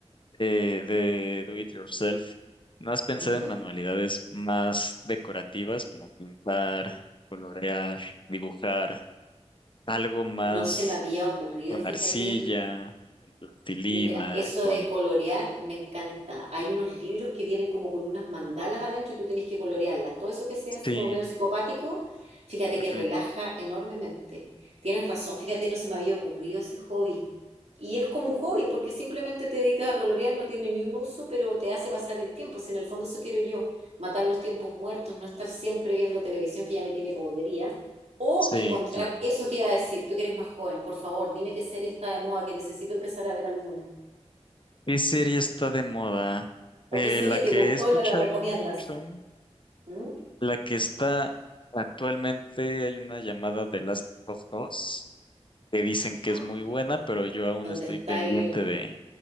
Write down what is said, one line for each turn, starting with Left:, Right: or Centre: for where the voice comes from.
Left: eh, de do it yourself, más pensar
Right: Ujú.
Left: en manualidades más decorativas como pintar, colorear, dibujar, algo más
Right: No se me había ocurrido,
Left: con
Right: fíjate,
Left: arcilla, con plastilina,
Right: Mira, eso
Left: con...
Right: de colorear me encanta. Hay unos libros que vienen como con unas mandalas adentro y tú tenés que colorearlas. Todo eso que sea así
Left: Sí,
Right: como medio psicopático, fíjate
Left: ujú,
Right: que relaja enormemente. Tienes razón, fíjate, no se me había ocurrido ese hobby. Y es como un hobby porque simplemente te dedicas a colorear, no tiene ni un uso, pero te hace pasar el tiempo. Si en el fondo eso quiero yo, matar los tiempos muertos, no estar siempre viendo televisión que ya me tiene podrida. O
Left: sí,
Right: encontrar,
Left: claro.
Right: eso te iba a decir, tú que eres más joven, por favor, dime qué serie está de moda, que necesito empezar a ver alguna.
Left: ¿Qué serie está de moda?
Right: ¿O
Left: Eh,
Right: qué serie
Left: la
Right: te
Left: que
Right: gustó
Left: he escuchado
Right: y me la recomiendas?
Left: mucho,
Right: ¿Mm?
Left: la que está actualmente, hay una llamada de Last of Us, que dicen que
Right: Ah,
Left: es muy buena, pero yo aún
Right: ¿Dónde
Left: estoy
Right: está
Left: pendiente
Right: el,
Left: de...